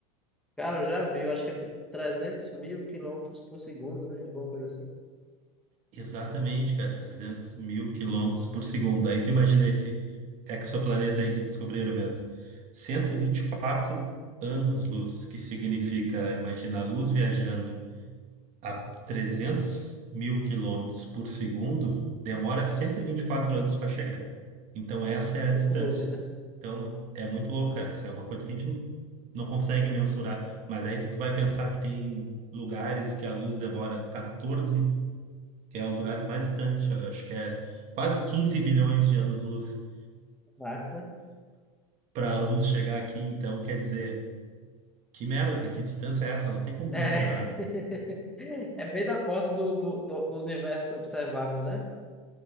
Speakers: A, in the centre; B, on the right.
A: Cara, eu já vi, eu acho que é tipo 300 mil quilômetros por segundo, né? Alguma coisa assim.
B: Exatamente, cara, 300 mil quilômetros por segundo. Aí tu imagina esse exoplaneta aí que descobriram mesmo. cento e e vinte e quatro anos-luz, que significa, imagina a luz viajando a 300 mil quilômetros por segundo, demora cento e e vinte e quatro anos para chegar. Então, essa é a
A: Muito
B: distância.
A: louco, né?
B: Então, é muito louco, cara. Isso é uma coisa que a gente não, não consegue mensurar. Mas aí, se tu vai pensar que tem lugares que a luz demora 14 que é os lugares mais distantes, eu acho que é quase 15 bilhões de anos-luz
A: Vaca.
B: para a luz chegar aqui, então quer dizer, que merda, cara, que distância é essa? Não tem como
A: É.
B: mensurar. né?
A: <laughs> É bem na porta do, do, do, do universo observável, né?